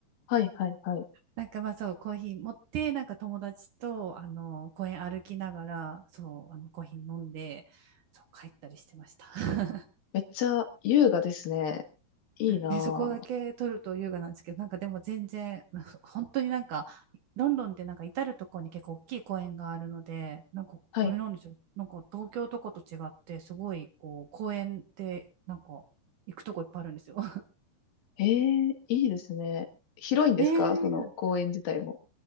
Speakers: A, on the left; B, on the right.
A: はい、はい、はい。
B: なんかまあそう、コーヒー持って、なんか友達と、あの、公園歩きながら、そう、あの、コーヒー飲んで、そう、帰ったりしてました。<laughs>
A: めっちゃ優雅ですね。いいなぁ。
B: ねそこだけ取ると優雅なんですけど、なんかでも全然、<laughs> 本当になんか、ロンドンってなんか至るところに結構大きい公園があるので、なんか、
A: はい。
B: あれなんですよ。なんか東京とかと違って、すごい、こう、公園って、なんか、行くとこいっぱいあるんですよ。<laughs>
A: ええいいですね。広いんですかその公園自体も。
B: ねえ